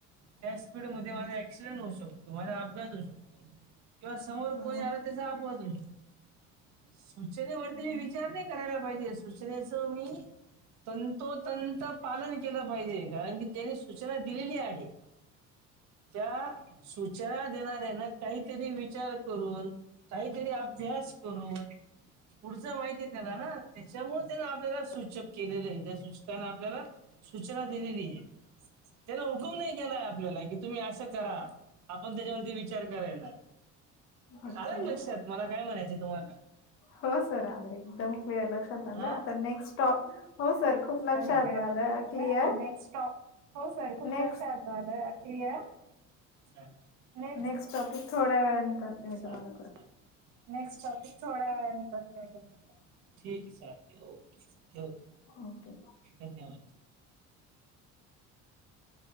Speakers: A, on the right (about 60°); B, on the left (about 45°).
A: त्या स्पीड मध्ये
B: हम्म
A: माझा एक्सिडेंट होऊ शक तो माझा अपघात होऊ शकतो किंवा समोर
B: हम्म
A: कोणी आला त्याचा अपघात होऊ शकतो. सूचनेवरती मी विचार नाही करायला पाहिजे सूचनेच मी तंतोतंत पालन केलं पाहिजे कारण की त्याने सूचना दिलेली आहे. त्या सूचना देणाऱ्यांना काहीतरी विचार करून काहीतरी अभ्यास करून पुढचं माहिती आहे त्याला ना त्याच्यामुळे त्याने आपल्याला सूचक केलेले आहे त्या सूचकाने आपल्याला सूचना दिलेली आहे त्याने हुकुम नाही केला आहे आपल्याला कि तुम्ही असं करा आपण त्याच्यावरती विचार करायला
B: ओके
A: आलका लक्षात मला काय म्हणायचं तुम्हाला
B: हो सर आले एकदम क्लिअर लक्षात आलं
A: हा
B: आता नेक्स्ट स्टॉप हो सर खूप
A: एकदम
B: लक्षात
A: क्लिअर लक्षात आलं
B: क्लिअर
A: आता नेक्स्ट स्टॉप हो सर खूप
B: नेक्स्ट
A: लक्षात आल क्लिअर छान ने
B: नेक्स्ट टॉपिक थोड्या वेळाने करते मी
A: चालते
B: तुम्हाला
A: चालते नेक्स्ट टॉपिक थोड्या वेळाने करते याच्यानंतर ठीक आहे चालते ओके ठेवतो
B: ओके
A: धन्यवाद